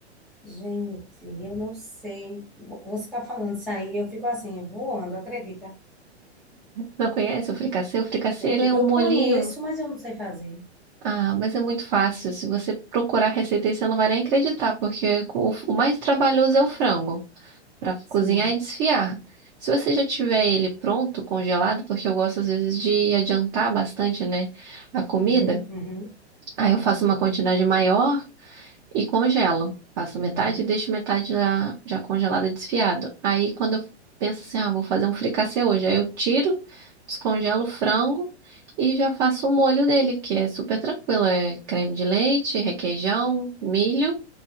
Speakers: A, in the centre; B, on the right.
A: Gente, eu não sei. Vo- Você está falando isso aí, eu fico assim, voando, acredita?
B: Não conhece o fricassê? O fricassê,
A: Porque
B: ele
A: eu
B: é um molinho.
A: conheço, mas eu não sei fazer.
B: Ah, mas é muito fácil. Se você procurar a receita aí, você não vai nem acreditar, porque o, o mais trabalhoso é o frango, para
A: Sim.
B: cozinhar e desfiar. Se você já tiver ele pronto, congelado, porque eu gosto às vezes de adiantar bastante, né, a comida,
A: Uhum, uhum,
B: aí eu faço uma quantidade maior. e congelo. Faço
A: uhum,
B: metade e deixo metade já, já congelada, desfiado. Aí quando eu penso assim, ah, vou fazer um fricassê hoje, aí eu tiro, descongelo o frango e já faço o molho dele, que é super tranquilo. É creme de leite, requeijão, milho.